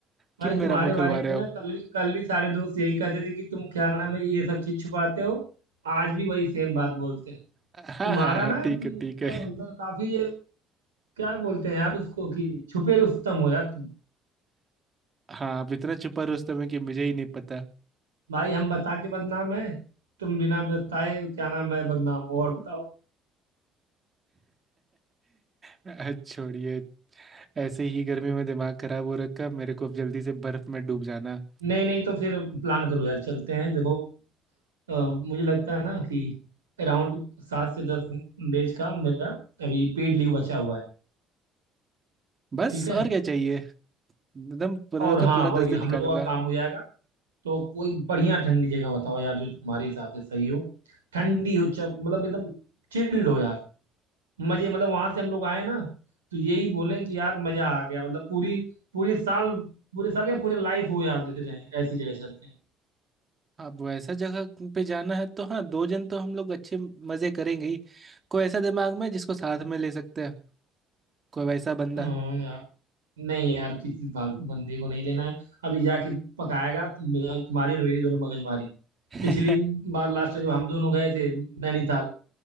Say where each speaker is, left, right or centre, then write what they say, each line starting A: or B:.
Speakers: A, on the right (about 85°); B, on the right (about 35°).
A: भाई
B: क्यों मेरा
A: तुम्हारे
B: मुंह
A: बारे
B: खुलवा रहे
A: में
B: हो
A: ना
B: आप
A: कल भी कल भी सारे दोस्त यही कहते थे कि तुम क्या नाम है ये सब चीज छुपाते हो आज भी वही सेम बात बोलते हैं
B: हाँ
A: तुम्हारा
B: हाँ हाँ
A: ना
B: ठीक
A: तुम
B: है
A: क्या
B: ठीक है
A: बोलते हो काफी ये क्या बोलते हैं यार उसको कि छुपे रुस्तम हो यार तुम
B: हाँ आप इतना छुपा रुस्तम है कि मुझे ही नहीं पता
A: भाई हम बता के बदनाम है तुम बिना बताए क्या नाम है बदनाम हो और बताओ
B: <laughs> छोड़िए ऐसे ही गर्मी में दिमाग खराब हो रखा मेरे को अब जल्दी से बर्फ में डूब जाना
A: नहीं नहीं तो फिर प्लान करो यार चलते हैं देखो अ, मुझे लगता है ना कि अराउंड सात से दस डेज का मेरा अभी पेड लीव बचा हुआ है
B: बस
A: ठीक है
B: और क्या चाहिए एकदम पूरा
A: और हाँ
B: का पूरा
A: वही
B: दस दिन
A: हम
B: निकालूंगा
A: लोगों का काम हो जाएगा तो कोई बढ़िया ठंडी जगह बताओ यार जो तुम्हारे हिसाब से सही हो ठंडी हो चप मतलब एकदम चिल्ड हो यार मजे मतलब वहां से हम लोग आए ना तो यही बोले कि यार मजा आ गया मतलब पूरी पूरी साल पूरे साल या पूरे लाइफ हो याद रहे ऐसी जगह चलते हैं
B: अब ऐसा जगह पे जाना है तो हाँ दो जन तो हम लोग अच्छे मजे करेंगे ही कोई ऐसा दिमाग में जिसको साथ में ले सकते हैं कोई वैसा बंदा
A: हाँ यार नहीं यार किसी फालतू बंदे को नहीं लेना है अभी जाके पकाएगा तुम तुम्हारी और मेरी दोनों मगजमारी
B: <laughs>
A: पिछली बार लास्ट जब हम दोनों गए थे नैनीताल